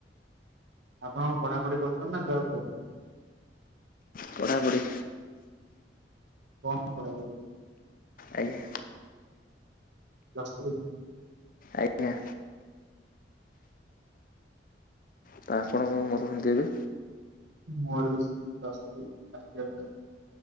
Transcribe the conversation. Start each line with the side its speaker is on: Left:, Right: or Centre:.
Right: ଆପଣ ପଢ଼ାପଢ଼ି କରୁଛନ୍ତି ନା ଜବ କରୁ
Left: ପଢ଼ାପଢ଼ି।
Right: କଣ ପଢ଼ାପଢ଼ି?
Left: ଆଜ୍ଞା
Right: ପ୍ଲସ୍ ଥ୍ରୀ।
Left: ଆଜ୍ଞା ତ ଆପଣ କଣ କରୁଛନ୍ତି ଏବେ?
Right: ମୋର ବି <unintelligible> ପ୍ଲସ୍ ଥ୍ରି ଫାର୍ଷ୍ଟ ଇୟର ଟା।